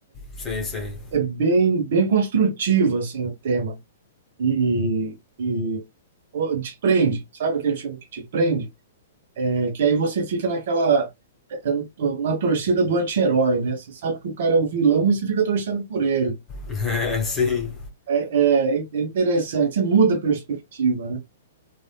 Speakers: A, on the left; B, on the right.
A: sei, sei.
B: É bem, bem construtivo, assim, o tema. E, e pô, te prende, sabe aquele filme que te prende? É que aí você fica naquela, é, na torcida do anti-herói, né? Você sabe que o cara é o vilão e você fica torcendo por ele.
A: É, sim,
B: É, é, é interessante, você muda a perspectiva, né?